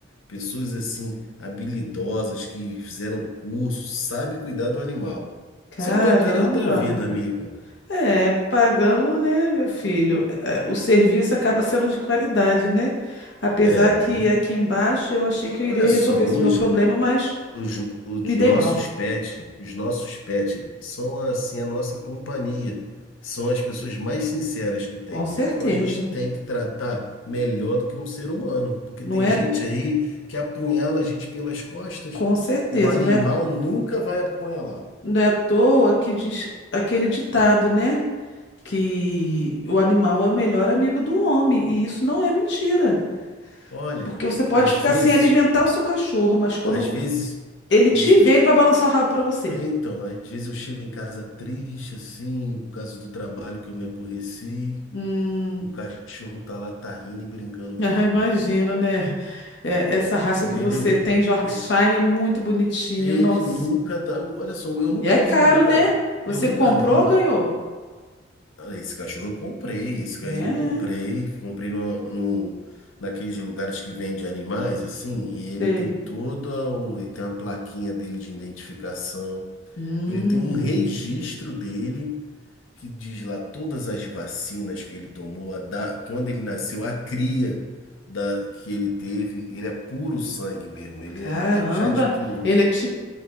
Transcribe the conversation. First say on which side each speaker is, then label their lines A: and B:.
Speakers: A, on the left; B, on the left.
A: Pessoas assim, habilidosas, que fizeram curso, sabe cuidar do animal.
B: Caramba.
A: Você não vai querer outra vida, amiga.
B: É, pagando, né, meu filho? É, O serviço acaba <laughs> sendo de qualidade, né? Apesar
A: É,
B: que
A: eu vou-
B: aqui embaixo eu achei
A: olha
B: que eu iria
A: só,
B: resolver esse
A: hoje
B: meu problema, mas
A: os, os
B: me dei
A: nossos
B: mal.
A: pets, os nossos pets são assim a nossa companhia, são as pessoas mais sinceras que tem.
B: Com certeza.
A: Então a gente tem que tratar melhor do que um ser humano, porque
B: Não
A: tem
B: é,
A: gente aí que apunhala a gente pelas costas.
B: com certeza,
A: O animal
B: não é
A: nunca vai apunhalar.
B: Não é à toa que diz aquele ditado, né? Que o animal é o melhor amigo do homem. E isso não é mentira.
A: Olha,
B: Porque você pode
A: às
B: ficar
A: vezes
B: sem alimentar o seu cachorro, mas quando
A: Às vezes,
B: ele
A: deixa
B: te vê,
A: eu te.
B: ele vai balançar o rabo para você.
A: É, Então, às vezes eu chego em casa triste, assim, por causa do trabalho que eu me aborreci,
B: Hum,
A: o cachorro tá lá, tá rindo e brincando
B: <laughs> ah,
A: comigo.
B: imagino, né? É, essa raça
A: Entendeu?
B: que você tem de Yorkshire
A: E-
B: é muito bonitinha,
A: Ele
B: nossa.
A: nunca tá. o- Olha só, eu nunca
B: E é caro,
A: vi o meu cachorro.
B: né? Você
A: Eu nunca
B: comprou
A: vi.
B: ou ganhou?
A: Ah, Esse cachorro eu comprei, esse
B: É,
A: aí eu comprei, comprei no, no, naqueles lugares que vende animais, assim, e ele
B: sei.
A: tem toda o, ele tem a plaquinha dele de identificação.
B: Hum,
A: Ele tem um registro dele que diz lá todas as vacinas que ele tomou, a da- quando ele nasceu, a cria da, que ele teve, ele é puro sangue mesmo, ele
B: caramba.
A: é Yorkshire puro,
B: Ele é tipo.